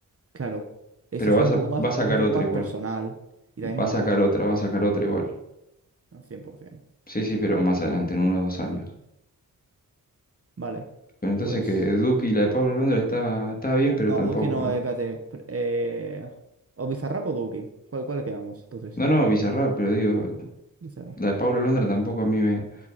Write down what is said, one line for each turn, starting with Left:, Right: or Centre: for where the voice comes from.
Right: claro. Eso
Left: Pero
Right: fue
Left: vas
Right: un poco
Left: a,
Right: más,
Left: va a sacar
Right: un poco
Left: otro
Right: más
Left: igual.
Right: personal. Y también
Left: Va
Right: mola.
Left: a sacar otra, va a sacar otra igual.
Right: al 100%.
Left: Sí, sí, pero más adelante, en uno o dos años.
Right: Vale.
Left: Pero entonces
Right: Pues.
Left: que Duki y la de Pablo Londra está, está bien, pero
Right: No,
Left: tampoco.
Right: Duki no, eh, espérate. pr- Eh, ¿O Bizarrap o Duki? ¿Cuál, cuál le quedamos? Entonces.
Left: No, no, Bizarrap, pero digo,
Right: Bizarrap.
Left: la de Pablo Londra tampoco a mí me,